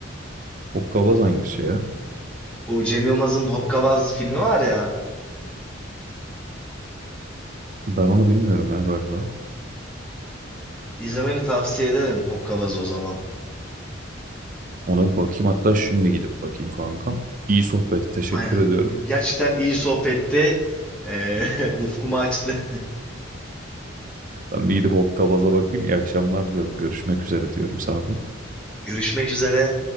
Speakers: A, on the right; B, in the centre.
A: Hokkabaz hangisi ya?
B: Bu Cem Yılmaz'ın Hokkabaz filmi var ya.
A: Ben onu bilmiyorum ya galiba.
B: İzlemeni tavsiye ederim Hokkabaz o zaman.
A: Ona bir bakayım hatta şimdi gidip bakayım kankam. İyi sohbet teşekkür
B: Aynen.
A: ediyorum.
B: Gerçekten iyi sohbette. <laughs> Eee ufkumu açtı.
A: Ben bir gidip hokkabaza bakayım. İyi akşamlar diyorum. Görüşmek üzere diyorum sana da.
B: <laughs> Görüşmek üzere.